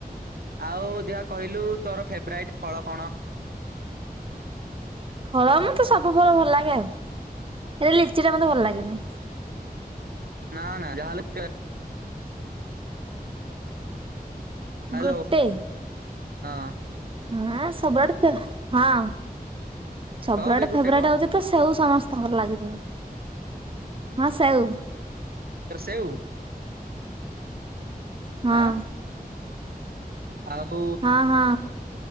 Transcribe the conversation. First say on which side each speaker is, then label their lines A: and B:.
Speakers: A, on the right; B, on the right.
A: ଆଉ ଦେଖିବା କହିଲୁ ତୋର ଫେବରାଇଟ୍ ଫଳ କଣ?
B: ଫଳ ମତେ ସବୁ ଫଳ ଭଲ ଲାଗେ ଆଉ ହେଲେ ଲିଚି ଟା ମତେ ଭଲ ଲାଗେନି।
A: ନା ନା ଯା ହେଲେ ପେ ହାଲୋ
B: ଗୋଟେ
A: ହଁ।
B: ହଁ ସବୁଆଡେ ଫେ ହଁ ସବୁଆଡେ
A: କହ ବେ
B: ଫେବରଟ
A: ଗୋଟେ କହ
B: ହଉଛି। ତ ସେଉ ସମସ୍ତଙ୍କର ଲାଗିଥିବ ହଁ ସେଉ।
A: ତୋର ସେଓ।
B: ହଁ।
A: ଆଁ ଆଉ
B: ହଁ ହଁ